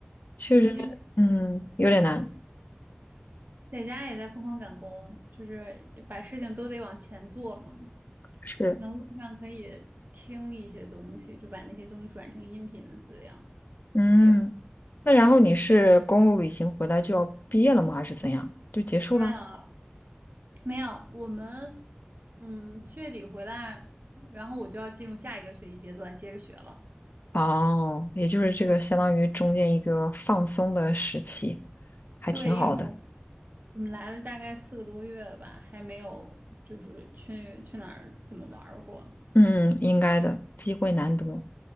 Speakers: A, on the left; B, on the right.
A: 确实，
B: 我最近
A: 嗯，有点难。
B: 在家也在疯狂赶工，就是把事情都得往前做嘛。
A: 是，
B: 然后路上可以听一些东西，就把那些东西转成音频的资料。
A: 嗯，
B: 对，
A: 那然后你是公路旅行回来就要毕业了吗？还是怎样？就结束了？
B: 那没有，我们嗯七月底回来，然后我就要进入下一个学习阶段，接着学了。
A: 哦，也就是这个相当于中间一个放松的时期，还挺好的。
B: 对，因为我我们来了大概四个多月了吧，还没有就是去去哪儿怎么玩儿过，
A: 嗯，应该的，机会难得，